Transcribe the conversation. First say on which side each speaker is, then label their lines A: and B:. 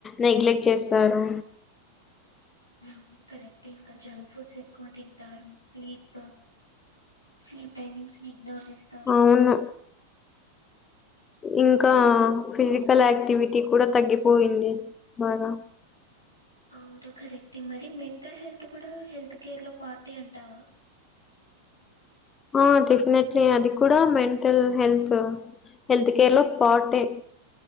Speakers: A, on the left; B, on the left.
A: నెగ్లెక్ట్ చేస్తారు
B: అది కరెక్టే ఇంక జంక్ ఫుడ్స్ ఎక్కువ తింటారు స్లీప్ స్లీప్ టైమింగ్స్ ని ఇగ్నోర్ చేస్తారు
A: అవును ఇంకా ఫిజికల్ యాక్టివిటీ కూడా తగ్గిపోయింది బాగా
B: అవును కరెక్ట్ మరి మెంటల్ హెల్త్ కూడా హెల్త్ కేర్ లో పార్టే అంటావా
A: ఆ డెఫినెట్లీ అది కూడా మెంటల్ హెల్త్ హెల్త్ కేర్ లో పార్టే